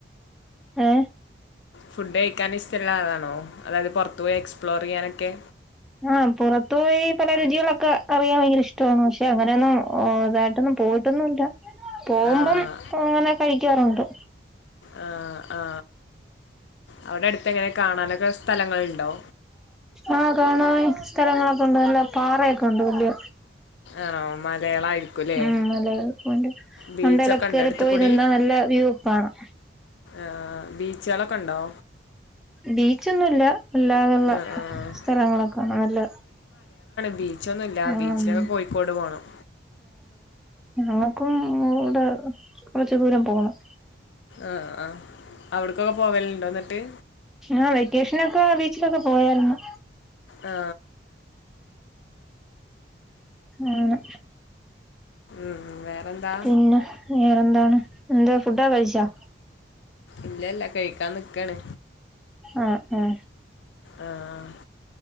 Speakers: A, in the centre; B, on the left (about 70°).
A: ഏ
B: ഫുഡ് കഴിക്കാനൻ ഇഷ്ടമല്ലാതാണോ അതായത് പുറത്തു പോയി എക്സ്പ്ലോർയ്യാനൊക്കെ
A: ആ പുറത്തു പോയി പല രുചികളൊക്കെ അറിയാൻ ഭയങ്കര ഇഷ്ടമാണ് പക്ഷെ അങ്ങനെയൊന്നും ഇതായിട്ടൊന്ന പോയി ഇട്ടോന്നുംല്ല പോവുമ്പം
B: ആഹ്
A: അങ്ങനെ കഴിക്കാറുണ്ട്.
B: ആ ആ അവിടെ അടുത്ത് എങ്ങനെ കാണാനൊക്കെ സ്ഥലങ്ങൾഉണ്ടോ
A: ആ കാണ സ്ഥലങ്ങളൊക്കെ ഉണ്ട് നല്ല പാറയൊക്കെ ഉണ്ട് വല്യ
B: ആണോ മലകളായിരിക്കുംല്ലേ
A: ഉം നല്ലണ്ട്
B: ബീച്ചൊക്കെ
A: മണ്ടയിലൊക്കെ
B: ഉണ്ടോ
A: കേയറിപ്പോയി
B: അടുത്ത് കൂടി
A: നിന്നാ നല്ല വ്യൂകാണാം
B: ആ ബീച്ചകളൊക്കെ ഉണ്ടോ
A: ബീച്ചൊന്നുംഇല്ല അല്ലാതുള്ള
B: ആഹ് ആഹ്
A: സ്ഥലങ്ങളൊക്കാണ് നല്ല
B: ബീച്ചൊന്നുംഇല്ല ഇല്ല
A: ആം
B: ബീച്ചിലക്കെ കോഴിക്കോട് പോണം
A: ഞങ്ങക്കും ഇവിടെ കൊറച്ച് ദൂരം പോണം
B: ആഹ് ആഹ് അവിടക്കൊക്കെ പോവലുണ്ടോ എന്നിട്ട്
A: ആ വെക്കേഷനൊക്കെ വീട്ടിലൊക്കെ പോയേരുന്നു.
B: ആ
A: ആണ്
B: ഉം വേറെന്താ
A: പിന്നെ വേറെന്താണ്. എന്താ ഫുഡൊക്കെ കഴിച്ചാ.
B: ഇല്ല ഇല്ല കഴിക്കാൻ നിക്കാണ്.
A: ആ ആ
B: ആഹ്